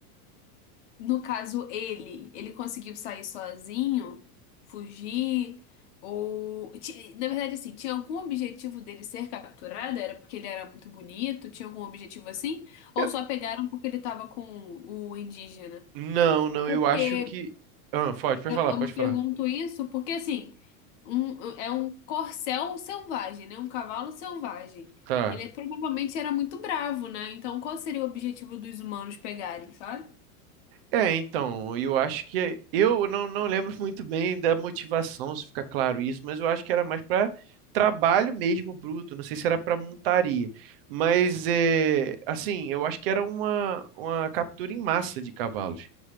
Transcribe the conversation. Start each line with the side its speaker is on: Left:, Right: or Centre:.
Left: no caso, ele, ele conseguiu sair sozinho, fugir, ou ti- na verdade, assim, tinha algum objetivo dele ser capturado? Era porque ele era muito bonito? Tinha algum objetivo assim? Ou
Right: Eu-
Left: só pegaram porque ele tava com o indígena?
Right: Não, não,
Left: Porque
Right: eu acho que. Ah, pode, pode
Left: eu,
Right: falar,
Left: eu
Right: pode
Left: me
Right: falar.
Left: pergunto isso, porque assim. Um, é um corcel selvagem, né? Um cavalo selvagem.
Right: Tá.
Left: Ele é- provavelmente era muito bravo, né? Então, qual seria o objetivo dos humanos pegarem, sabe?
Right: É, então, eu acho que. Eu não, não lembro muito bem da motivação, se ficar claro isso, mas eu acho que era mais para trabalho mesmo bruto, não sei se era para montaria. Mas, é, assim, eu acho que era uma, uma captura em massa de cavalos.